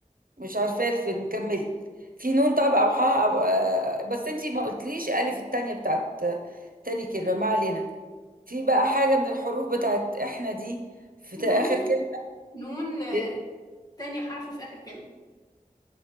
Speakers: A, on the right (about 75°); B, on the left (about 25°).
A: مش عارفة إيه الفيلم كملي في نون طب أو حاء أو آه، بس أنتي ما قلتليش ألف التانية بتاعت آه، تاني كلمة ما علينا في بقى حاجة من الحروف بتاعت إحنا دي في تا-
B: نون
A: آخر كلمة
B: نون آه،
A: ب
B: تاني حرف في اخر كلمة